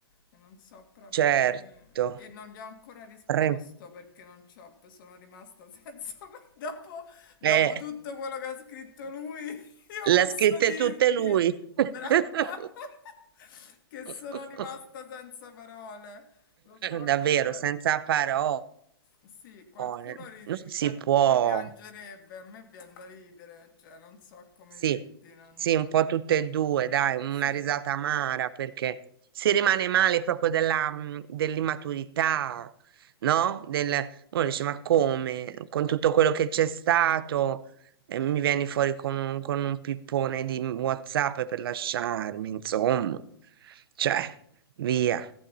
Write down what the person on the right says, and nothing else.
certo,
Re-
eh,
l'ha
scritta
tutta lui.
<laughs>
<laughs>
Davvero,
senza parole,
non
si
può.
Sì,
sì, un po' tutte e due, dai, una
risata amara perché si rimane male proprio della, mh, dell'immaturità, no? Del, uno dice, ma come? Con tutto quello che c'è stato, eh, mi vieni fuori con un, con un pippone di WhatsApp per lasciarmi, insomma. Cioè, via,